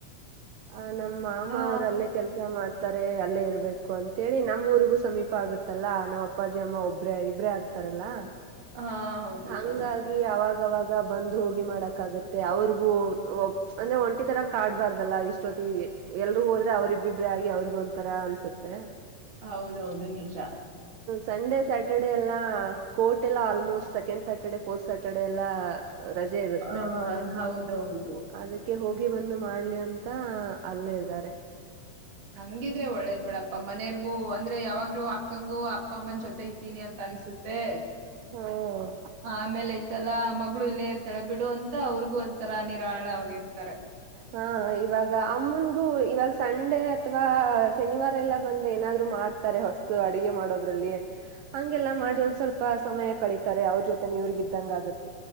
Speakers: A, on the right; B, on the right.
A: ಆ ನಮ್ಮ ಮಾಮ
B: ಹಾ
A: ಅವರು ಅಲ್ಲೇ ಕೆಲ್ಸ ಮಾಡ್ತಾರೆ ಅಲ್ಲೇ ಇರ್ಬೇಕು ಹಕು ಅಂತೇಳಿ ನಮ್ಮ್ ಊರಿಗೂ ಸಮೀಪ ಆಗತ್ತಲ್ಲಾ ನಮ್ಮ್ ಅಪ್ಪಾಜಿ ಅಮ್ಮ ಒಬ್ರ ಇಬ್ರೇ ಆಗ್ತಾರಲ್ಲಾ
B: ಹಾ ಹೌದು
A: ಹಂಗಾಗಿ
B: ಸ ಹೌದು
A: ಅವಾಗವಾಗ ಗ ಬಂದು ಹೋಗಿ ಮಾಡಕ ಆಗತ್ತೆ ಅವ್ರಿಗೂ ಅಂದ್ರೆ ಒಂಟಿ ತರ ಕಾಡ್ಬಾರ್ದಲ್ಲಾ ಇಷ್ಟೊತ್ತಿಗೆ ಎಲ್ರು ಹೋದ್ರೆ ಅವ್ರ ಇಬ್ಬಿಬ್ರ ಆಗಿ ಅವ್ರಗ ಒಂತರ ಅನ್ಸುತ್ತೆ
B: ಹೌದೌದು ನಿಜ
A: ಸಂಡೇ ಸ್ಯಾಟರ್ಡೆ ಎಲ್ಲಾ ಕೋರ್ಟ್ ಎಲ್ಲ almost second Saturday fourth Saturday ಎಲ್ಲ ರಜೆ ಇರುತ್ತೆ
B: ಹ ಹೌದೌದು
A: ಅದಕ್ಕೆ ಹೋಗಿ ಹಗಿ ಬಂದು ಮಾಡ್ಲಿ ಅಂತ ಅಲ್ಲೇಇದಾರೆ
B: ಹಂಗಿದ್ರೆ ಒಳ್ಳೇದ್ ಬಿಡಪ್ಪ ಮನೆಯರ್ಗೂ ಅಂದ್ರೆ ಯಾವಾಗ್ಲೂ ಅಕ್ಕಂಗೂ ಅಪ್ಪ ಅಮ್ಮನ ಜೊತೆ ಇದ್ದೀನಿ ಅಂತ ಅನ್ಸುತ್ತೆ
A: ಹ್ಮ್
B: ಆಮೇಲೆ ಮೆಲ್ಲಾ ಮಗಳು ಇಲ್ಲೇ ಇರ್ತಾಳೆ ಬಿಡು ಅಂತ ಅವ್ರಿಗೂ ಒಂಥರ ನಿರಾಳ ಆಗಿರ್ತಾರೆ
A: ಹಾ ಇವಾಗ ಅಮ್ಮನ್ಗೂ ಇವಾಗ ಸಂಡೆ ಅಥವಾ ಶನಿವಾರ ಎಲ್ಲಾ ಬಂದ್ರೆ ಏನಾದ್ರು ಮಾಡ್ತಾರೆ ಹೊಸ್ತು ಅಡಗೆ ಮಾಡೋದ್ರಲ್ಲಿ ಹಂಗೆಲ್ಲಾ ಮಾಡಿ ಒಂದ್ ಸ್ವಲ್ಪ ಸಮಯ ಕಳಿತಾರೆ ಅವ್ರ ಜೊತೆ ನೀವ್ರಿಗ ಇದ್ದಂಗ ಆಗತ್ತೆ